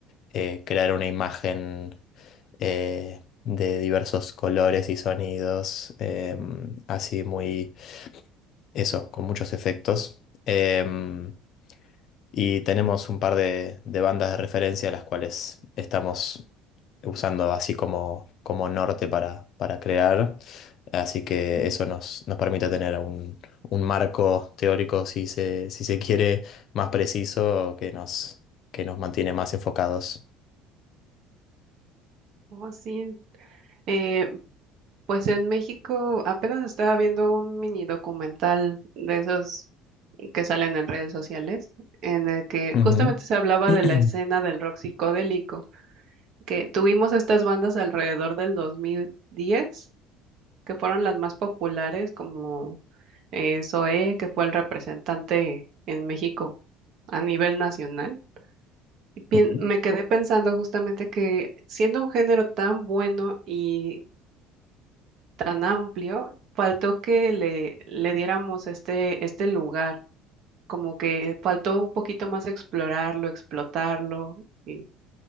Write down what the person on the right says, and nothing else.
Mm,
mm,
Oh, sí. Eh, Pues en México apenas estaba viendo un mini documental de esos que salen en redes sociales, en el que
justamente se hablaba
de la escena del rock psicodélico, que tuvimos estas bandas alrededor del 2010, que fueron las más populares, como eh, Zoé, que fue el representante en México a nivel nacional. Y pien-
me quedé pensando justamente que siendo un género tan bueno y tan amplio, faltó que le, le diéramos este, este lugar, como que faltó un poquito más explorarlo, explotarlo. Y